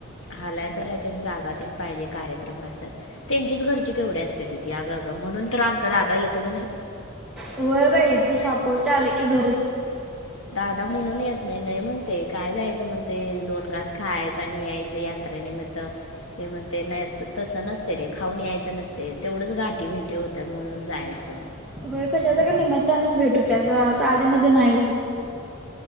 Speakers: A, on the left; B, in the centre.
A: हालाय करायला त्यां जागा ते त्यांचीच घरची केवढी असतेच अग अग म्हणून तर दादा येतच नाही
B: होय बाई
A: हो
B: ती
A: शाहापूरची
B: शापूरच्या घरच
A: आले की घर दादा म्हणून येत नाही नाही म्हणते काय जायचं म्हणते दोन घास खायचं आणि यायचं या याञे निमित्त हे म्हणते नाही असं तसं नसते रे खाऊन यायचं नसते तेवढंच गाठी गाडी भेटी होतात म्हणून जायचं.
B: हो कशाच्या का नाही निमित्ताने भेट होती असं आधीमध्ये नाही होत.